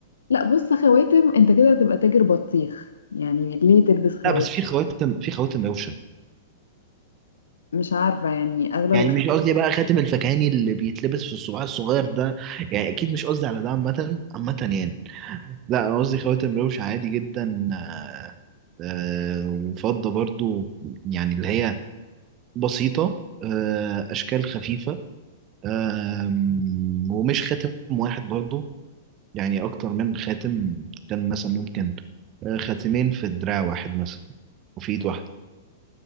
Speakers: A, on the left; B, on the right.
A: لا بص خواتم انت كده هتبقى تاجر بطيخ يعني ليه تلبس خواتم
B: لا بس في خواتم في خواتم روشة
A: مش عارفة يعني أغلب
B: يعني
A: الخواتم
B: مش قصدي بقى خاتم الفكهاني اللي بيتلبس في الصباع الصغير ده يعني أكيد مش قصدي على ده عامة عامة يعني لا أنا قصدي خواتم روشة عادي جدا آه، آه، وفضة برضه يعني اللي هي بسيطة آه، أشكال خفيفة آم، ومش خاتم واحد برضه يعني أكتر من خاتم كان مثلا ممكن آه، خاتمين في دراع واحد مثلا وفي إيد واحدة